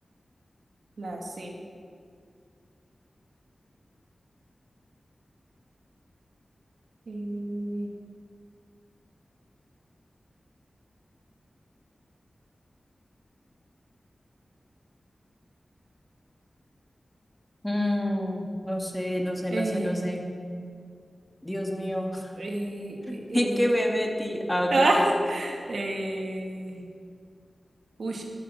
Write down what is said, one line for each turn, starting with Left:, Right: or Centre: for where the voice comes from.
Right: la C. Eh,
Centre: Mm, no sé, no sé,
Right: eh,
Centre: no sé, no sé. Dios mío,
Right: eh,
Centre: <laughs>
Right: eh, eh.
Centre: ¿en qué me metí? Ah, ok.
Right: Ah, <laughs> eh, uy,